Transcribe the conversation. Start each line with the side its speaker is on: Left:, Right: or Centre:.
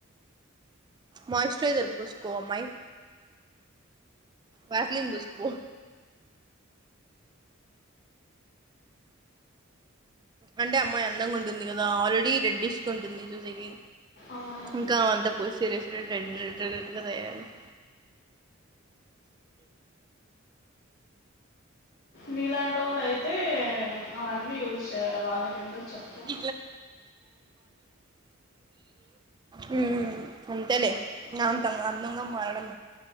Right: మాయిశ్చరైసర్ పూసుకో అమ్మాయి వేజలిన్ పూసుకో అంటే అమ్మాయి అందంగా ఉంటుంది కదా ఆల్రెడీ రెడ్డీష్ గ ఉంటుంది చూసేకి
Left: అవును
Right: ఇంకా అంతా పూసీ రాసీ రెడ్ రెడ్ రెడ్ రెడ్ గా తయారయింది
Left: నీలాంటి వాళ్ళు అయితే అవన్నీ యూజ్ చేయాలి వాళ్ళకెందుకు
Right: <unintelligible>
Left: చెప్పు
Right: మ్ అంతలే నా అంత అందంగా మారడం